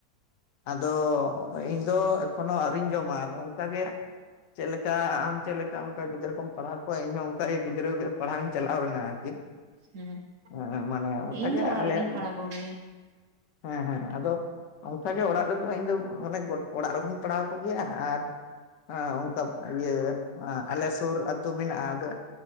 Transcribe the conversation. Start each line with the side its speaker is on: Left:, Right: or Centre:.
Left: ᱟᱫᱚ ᱤᱧ ᱫᱚ ᱮᱠᱷᱚᱱᱳ ᱟᱹᱣᱨᱤᱧ ᱡᱚᱢᱟ᱾ ᱟᱫᱚ ᱚᱱᱠᱟᱜᱮ ᱪᱮᱫ ᱞᱮᱠᱟ ᱟᱢ ᱪᱮᱫ ᱞᱮᱠᱟ ᱚᱱᱠᱟ ᱜᱤᱫᱽᱨᱟᱹ ᱠᱚᱢ ᱯᱟᱲᱦᱟᱣ ᱠᱚᱣᱟ ᱤᱧᱦ ᱚᱱᱠᱟ ᱜᱮ ᱜᱤᱫᱽᱨᱟᱹ ᱜᱮ ᱯᱟᱲᱦᱟᱣᱤᱧ ᱪᱟᱞᱟᱣ ᱞᱮᱱᱟ ᱟᱨᱠᱤ᱾
Right: ᱦᱩᱸ
Left: ᱦᱮᱸ ᱢᱟᱱᱮ ᱚᱱᱠᱟᱜᱮ
Right: ᱤᱧ ᱫᱚ ᱚᱲᱟᱜ
Left: ᱟᱞᱮᱭᱟᱜ
Right: ᱨᱮᱜᱤᱧ ᱯᱟᱲᱟ ᱠᱚᱜᱮᱭᱟ᱾
Left: ᱦᱮᱸ ᱦᱮᱸ ᱟᱫᱚ ᱚᱱᱠᱟᱜᱮ ᱚᱲᱟᱜ ᱨᱮᱫᱚ ᱤᱧᱫᱚ ᱢᱟᱱᱮ ᱜᱟᱴ ᱚᱲᱟᱜ ᱨᱮᱦᱚᱧ ᱯᱟᱲᱦᱟᱣ ᱠᱚᱜᱮᱭᱟ ᱟᱨ ᱟᱸ ᱚᱱᱠᱟ ᱤᱭᱟᱹ ᱟᱞᱮ ᱥᱩᱨ ᱟᱹᱛᱩ ᱢᱮᱱᱟᱜᱼᱟ ᱟᱫᱚ